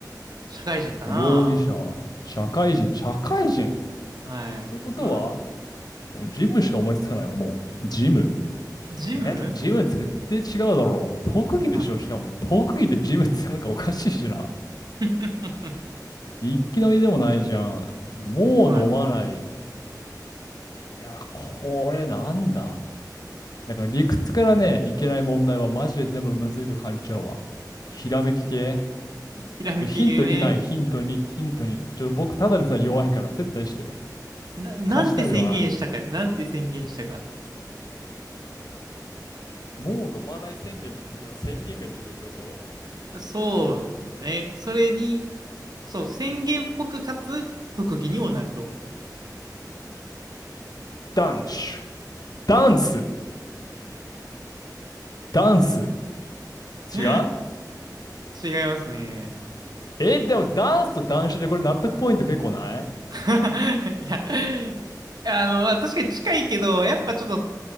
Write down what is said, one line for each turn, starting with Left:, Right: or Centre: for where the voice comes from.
Right: 社会人かな。
Left: 容疑者は、社会人、社会人っ
Right: はい。
Left: ていうことは、
Right: まあ、
Left: ジムしか思いつかないわ、もう。ジム。
Right: ジム
Left: えー、でもジム絶対違うだろう。特技でしょ、
Right: はい。
Left: しかも。特技でジムってなんかおかしいしな。
Right: <laughs>
Left: 一気飲みでもないじゃん。もう飲まない。
Right: はい。
Left: いや、これなんだ。だから理屈からね、いけない問題はマジで全部むずいと感じちゃうわ。ひらめき系。
Right: ひらめき系ね。
Left: ヒントにない、ヒントに、ヒントに。ちょ、僕ただでさえ弱いから接待して。
Right: な、なんて宣言したかよ。
Left: 勝ちたいのはある。
Right: なんて宣言したか。
Left: もう飲まない宣言の時の宣言が重要ってこと
Right: そうね。それに、そう、宣言っぽくかつ特技にもなると。
Left: ダンスダンス。ダンス。
Right: <laughs>
Left: 違う
Right: 違いますね。
Left: え、でもダンスとダンシュでこれ納得ポイント結構ない
Right: <laughs> いや、あの、まあ確かに近いけど、やっぱちょっと